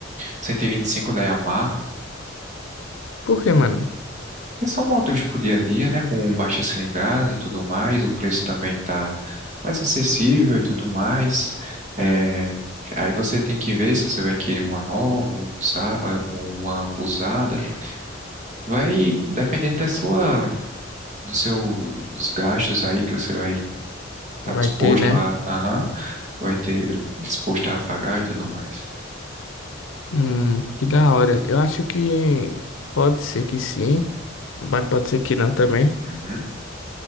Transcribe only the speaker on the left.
Porque, mano,
vai
ter, né?
Hum, que da hora. Eu acho que pode ser que sim, mas pode ser que não também.